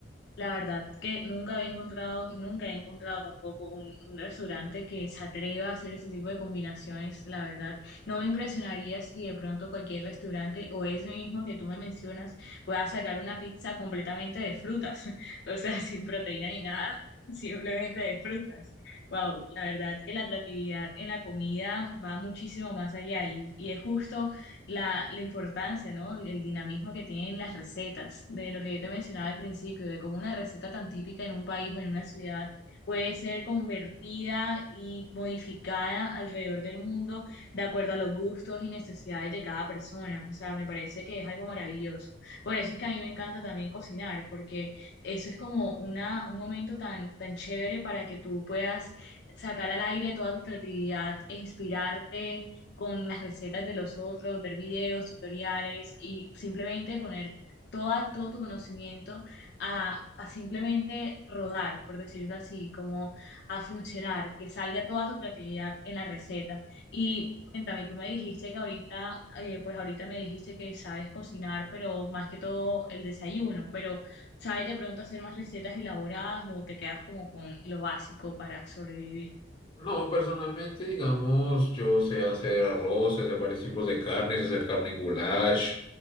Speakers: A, on the left; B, on the left.
A: La verdad que nunca había encontrado, nunca he encontrado tampoco un, un restaurante que se atreva a hacer ese tipo de combinaciones, la verdad. No me impresionaría si de pronto cualquier restaurante o ese mismo que tú me mencionas pueda sacar una pizza completamente de frutas, <laughs> o sea, sin proteína ni nada, simplemente de frutas. Wow, la verdad que la atractividad en la comida va muchísimo más allá y, y es justo la, la importancia, ¿no? El el dinamismo que tienen las recetas, de lo que yo te mencionaba al principio, de cómo una receta tan típica en un país o en una ciudad puede ser convertida y modificada alrededor del mundo de acuerdo a los gustos y necesidades de cada persona. O sea, me parece que es algo maravilloso. Por eso es que a mí me encanta también cocinar, porque eso es como una, un momento tan, tan chévere para que tú puedas sacar al aire toda tu creatividad e inspirarte con las recetas de los otros, ver videos, tutoriales y simplemente poner toda, todo tu conocimiento a, a simplemente rodar, por decirlo así, como a funcionar, que salga toda tu creatividad en la receta. Y cuéntame, tú me dijiste que ahorita, eh, pues ahorita me dijiste que sabes cocinar, pero más que todo el desayuno, pero ¿sabes de pronto hacer más recetas elaboradas o te quedas como con lo básico para sobrevivir?
B: No, personalmente, digamos, yo sé hacer arroz, sé hacer varios tipos de carnes, sé hacer carne en goulash,